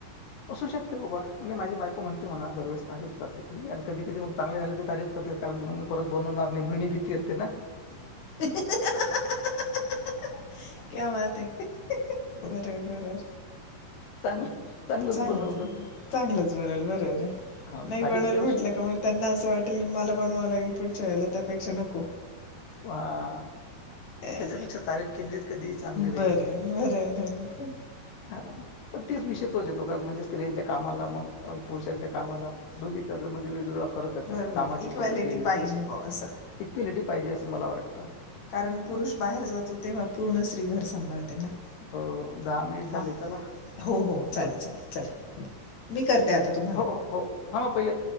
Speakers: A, on the left (about 80°); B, on the left (about 55°).
A: असू शकते बाबा माझी बायको म्हणते म्हणा दरवेेळेस आहेत करते, ती आणि कधी कधी मग चांगले झाले तर तारीफ करते कारण मग मी परत बनवणार नाही म्हणून ही भीती असते ना.
B: <inaudible> <unintelligible> क्या बात हे बरोबर, बरोबर
A: चांगलं
B: चांगलंच
A: बनवलं
B: हाय चांगलंच. बनवल बरोबर हाय,
A: हा
B: नाही
A: तारीफ
B: बनवल
A: करायशी
B: म्हटलं का त्यांना अस वाटेल. बनवाव लागेल पुढच्या वेळेला त्यापेक्षा नको.
A: वा,
B: अं,
A: त्याच्यापेक्षा तारीफ केलेलीच कधी चांगली राहील
B: बरं
A: ती.
B: बरं बरं
A: हा तीच विषय तोच येतो का? म्हणजे स्त्रियांच्या कामाला मग, पुरुषांच्या कामाला दोन्ही त्या म्हणजे वेगवेगळा फरकच
B: बरोबर
A: आहे कामाची
B: इक्वॅलिटी
A: पद्धत वेगळी
B: पाहिजे बुवा असं
A: इक्वेलिटी पाहिजे असं मला वाटतं.
B: कारण पुरुष बाहेर जातो तेव्हा पूर्ण स्त्री घर सांभाळते ना
A: हो दहा मिनिट झाले
B: आप
A: चला.
B: हो हो चालेल
A: बाय
B: चालेल चला. मी करते आता तुम्हाला
A: हो हो हो हां थांबा पहिले